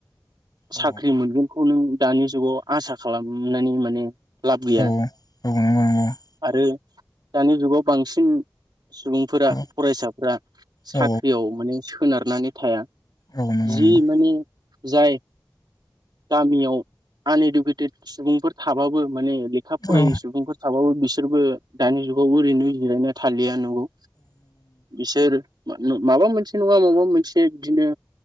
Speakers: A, on the left (about 60°); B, on the right (about 70°).
A: औ
B: साख्रि मोनगोन <unintelligible> दानि जुगाव आसा खालामनानै माने लाब गैया
A: औ <unintelligible>
B: आरो दानि जुगाव बांसिन सुबुंफोरा
A: औ
B: फरायसाफोरा साख्रियाव
A: औ
B: माने सोनारनानै थाया।
A: औ नंगौ
B: जि
A: नंगौ
B: माने जाय गामियाव आनइडुकेटेड सुबुंफोर थाबाबो माने लेखा फरायै
A: औ नंगौ औ
B: सुबुंफोर थाबाबो बिस बिसोरबो दानि जुगाव ओरैनो जिरायना थालिया औ, बिसोर मा नो माबा मोनसे नङा माबा मोनसे बिदिनो